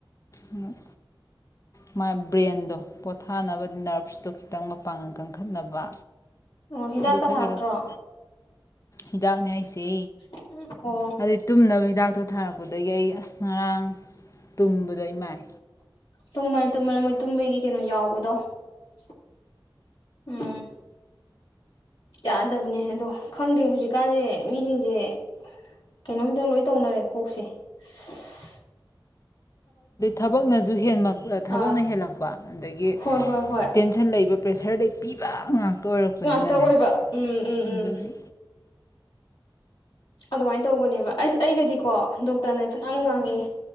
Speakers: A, on the left; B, on the left.
A: ꯑꯝ ꯃꯥꯏ ꯕꯔ꯭ꯥꯏꯟ ꯗꯣ ꯄꯣꯊꯥꯅꯕ ꯅꯦꯔꯕꯧꯁ ꯈꯤꯇꯥꯡ ꯃꯄꯥꯒꯜ ꯀꯪꯈꯠꯅꯕ
B: ꯑꯣ ꯍꯤꯗꯥꯛꯀ
A: ꯑꯗꯨ ꯈꯔꯒꯥ
B: ꯊꯥꯔꯛꯇ꯭ꯔꯣ
A: ꯏꯔꯛꯄ ꯍꯤꯗꯛꯅꯦ ꯍꯥꯏꯁꯦ
B: ꯑꯣ
A: ꯑꯗꯨ ꯇꯨꯝꯅꯕ ꯍꯤꯗꯥꯛ ꯊꯔꯛꯄꯗꯒꯤ ꯑꯩ ꯑꯁ ꯑꯥꯝ ꯇꯨꯝꯕꯗ ꯏꯃꯥꯏ
B: ꯇꯨꯝꯕꯅꯦ ꯇꯨꯃꯕꯅꯦ ꯇꯨꯝꯕꯒꯤ ꯀꯅꯣ ꯌꯥꯎꯕꯗꯣ ꯇꯨ ꯑꯝ ꯌꯥꯗꯕꯅꯦ ꯑꯗꯣ ꯈꯡꯗꯦ ꯍꯧꯖꯤꯛ ꯀꯟꯁꯥ ꯃꯤ ꯁꯤꯟꯁꯦ ꯀꯩꯅꯣꯝ ꯂꯣꯏ ꯇꯧꯅꯔꯦ ꯀꯣꯛꯁꯦ ꯁꯁꯏ
A: ꯊꯕꯛꯅꯁꯨ ꯍꯦꯜꯂꯛ
B: ꯑꯥ
A: ꯍꯦꯜꯂꯛꯄ ꯑꯥ ꯑꯗꯥꯒꯤ
B: ꯍꯣꯏ ꯍꯣꯏ ꯍꯣꯏ
A: ꯇꯦꯟꯁꯤꯑꯣꯟ ꯄꯔꯦꯁꯁꯨꯔꯦꯕ ꯄꯤꯕ ꯑꯣꯏꯔꯛꯄꯅꯤꯅꯅꯦ
B: ꯑꯗꯨ ꯉꯥꯛꯇ ꯑꯣꯏꯕ ꯑꯝ ꯑꯝ
A: ꯑꯗꯨꯒꯤ
B: ꯑꯗꯨꯃꯥꯏꯅ ꯇꯧꯕꯅꯦꯕꯥ ꯑꯥꯁ ꯑꯩꯒꯗꯤꯀꯣ ꯗꯣꯛꯇꯔꯅꯥ ꯐꯅꯥꯌꯝ ꯉꯥꯪꯉꯛꯑꯦ